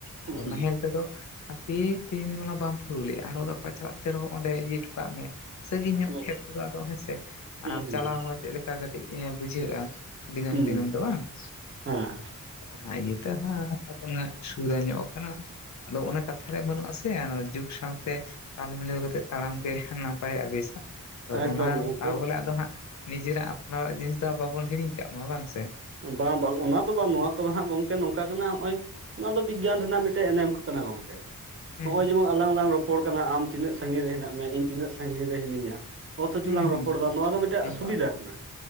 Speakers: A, on the right (about 40°); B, on the left (about 60°).
A: ᱦᱩᱸ
B: ᱟᱨ
A: ᱦᱩᱸ ᱦᱩᱸ
B: ᱱᱟᱦᱮᱞ ᱛᱮᱫᱚ ᱦᱟᱯᱮ ᱛᱮᱦᱮᱧ ᱚᱱᱟ ᱵᱟᱢ ᱯᱩᱨᱟᱹᱣ ᱞᱮᱼᱟ ᱟᱨᱚᱸ ᱜᱟᱯᱟ ᱪᱟᱞᱟᱜ ᱛᱮ ᱟᱨᱦᱚᱸ ᱚᱸᱰᱮ ᱤᱭᱟᱹ ᱦᱚᱴᱚ ᱠᱟᱜ ᱢᱮ, ᱥᱟᱸᱹᱜᱤᱧ ᱧᱚᱜ
A: ᱦᱩᱸ
B: ᱠᱷᱮᱛ ᱠᱚᱫᱚ ᱟᱫᱚ ᱦᱮᱸ ᱥᱮ
A: ᱦᱩᱸ
B: ᱟᱨ
A: ᱦᱩᱸ
B: ᱪᱟᱞᱟᱣ
A: ᱦᱩᱸ
B: ᱦᱚᱸ ᱪᱮᱫ ᱞᱮᱠᱟ ᱠᱟᱹᱴᱤᱡ ᱵᱩᱡᱷᱟᱹᱜᱼᱟ ᱾ ᱫᱤᱱᱟᱹᱢ
A: ᱦᱩᱸ
B: ᱫᱤᱱᱟᱹᱢ ᱫᱚ ᱵᱟᱝ ᱾
A: ᱦᱮᱸ
B: ᱚᱱᱟ ᱤᱭᱟᱹᱛᱮ ᱦᱟᱸᱜ ᱚᱱᱟ ᱥᱩᱵᱤᱫᱷᱟ ᱧᱚᱜ ᱠᱟᱱᱟ ᱾ ᱟᱫᱚ ᱚᱱᱟ ᱠᱟᱛᱷᱟ ᱨᱮ ᱵᱟᱹᱱᱩᱜ-ᱟ ᱥᱮ ᱡᱩᱜᱽ ᱥᱟᱶᱛᱮ ᱛᱟᱞ ᱢᱤᱞᱟᱹᱣ ᱠᱟᱛᱮᱜ ᱛᱟᱲᱟᱢ ᱜᱮ ᱱᱟᱯᱟᱭᱟᱜ ᱵᱮᱥᱟ
A: ᱮᱠᱫᱚᱢ
B: ᱚᱱᱟ
A: ᱜᱚᱝᱠᱮ
B: ᱵᱚᱞᱮ ᱟᱫᱚ ᱦᱟᱸᱜ ᱱᱤᱡᱮᱨᱟᱜ ᱟᱯᱱᱟᱨᱟᱜ ᱡᱤᱱᱤᱥ ᱫᱚ ᱵᱟᱵᱚᱱ ᱦᱤᱲᱤᱧ ᱠᱟᱜ ᱢᱟ ᱵᱟᱝ ᱥᱮ,
A: ᱵᱟᱝ ᱵᱟᱝ ᱚᱱᱟ ᱫᱚ ᱵᱟᱝ ᱱᱚᱣᱟ ᱠᱚᱫᱚ ᱦᱟᱸᱜ ᱜᱚᱝᱠᱮ ᱱᱚᱝᱠᱟ ᱠᱟᱱᱟ ᱱᱚᱜᱼᱚᱭ ᱱᱚᱣᱟ ᱫᱚ ᱵᱤᱜᱽᱜᱟᱱ ᱨᱮᱱᱟᱜ ᱢᱤᱫᱴᱮᱱ ᱮᱱᱮᱢ ᱠᱟᱱᱟ ᱜᱚᱝᱠᱮ ᱾
B: ᱦᱩᱸ
A: ᱱᱚᱜᱼᱚᱭ ᱡᱮᱢᱚᱱ ᱟᱞᱟᱝ ᱞᱟᱝ ᱨᱚᱯᱚᱲ ᱠᱟᱱᱟ ᱟᱢ ᱛᱤᱱᱟᱹᱜ ᱥᱟᱺᱜᱤᱧ ᱨᱮ ᱦᱮᱱᱟᱜ ᱢᱮᱭᱟ ᱤᱧ ᱛᱤᱱᱟᱹᱜ ᱥᱟᱺᱜᱤᱧ ᱨᱮ ᱦᱤᱱᱟᱹᱧᱟ, ᱚᱛᱷᱚᱪᱚ
B: ᱦᱩᱸ
A: ᱞᱟᱝ
B: ᱦᱩᱸ
A: ᱨᱚᱯᱚᱲᱫᱟ ᱱᱚᱣᱟ ᱫᱚ ᱢᱤᱫᱴᱟᱝ
B: ᱮᱠᱫᱚᱢ
A: ᱥᱩᱵᱤᱫᱷᱟ ᱠᱟᱱᱟ,